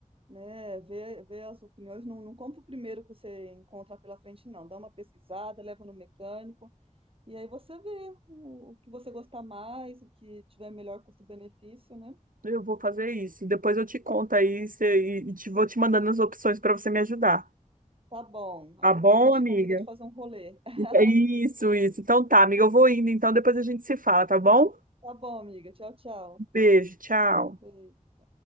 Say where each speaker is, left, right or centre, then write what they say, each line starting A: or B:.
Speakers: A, on the right; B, on the right.
A: né? Vê, vê as opiniões. Não, não compra o primeiro que você encontrar pela frente, não. Dá uma pesquisada, leva no mecânico, e aí você vê o, o que você gostar mais, o que tiver melhor custo-benefício, né?
B: Eu vou fazer isso. Depois eu te conto aí cê- e, e te, vou te mandando as opções para você me ajudar.
A: Tá bom. Aí
B: Tá
A: depois
B: bom,
A: a gente
B: amiga?
A: combina de fazer um rolê. <laughs>
B: É Isso, isso. Então tá, amiga, eu vou indo. Então depois a gente se fala, tá bom?
A: Tá bom, amiga. Tchau, tchau.
B: Beijo, tchau.
A: Beijo.